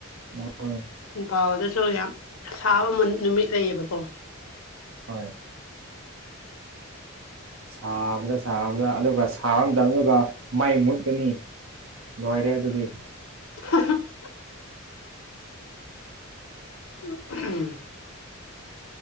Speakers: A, on the right; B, on the left.
A: ꯍꯣꯏ
B: ꯏꯝꯐꯥꯜꯗꯁꯨ ꯌꯥꯝ ꯁꯥꯕ ꯅꯨꯃꯤꯠ ꯂꯩꯌꯦꯕꯀꯣ
A: ꯍꯣꯏ ꯁꯥꯕꯗ-ꯁꯥꯕꯗ ꯑꯗꯨꯒ ꯁꯥꯕ ꯃꯇꯝꯗꯀꯣ ꯃꯩ ꯃꯨꯠꯂꯥꯅꯤ ꯂꯣꯏꯔꯦ ꯑꯗꯨꯗꯤ
B: ꯍ ꯍ ꯑꯥꯥꯍꯝ